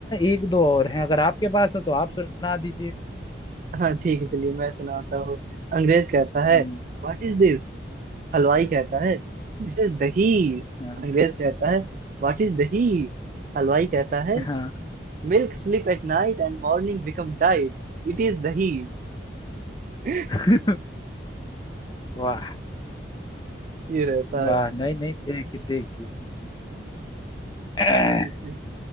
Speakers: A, on the left; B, on the right.
A: एक दो और हैं अगर आपके पास हो तो आप सुना दीजिए
B: हाँ ठीक है चलिए मैं सुनाता हूँ अंग्रेज कहता है
A: हम्म
B: व्हाट इज दिस हलवाई कहता है दिस इज दही
A: हाँ
B: अंग्रेज कहता है व्हाट इज दही हलवाई कहता है
A: हाँ
B: milk sleep at night and morning become tight it is दही <laughs>
A: <laughs> वाह
B: ये रहता
A: वाह
B: है
A: नहीं नहीं देखिए देखिए <clears throat>
B: जी,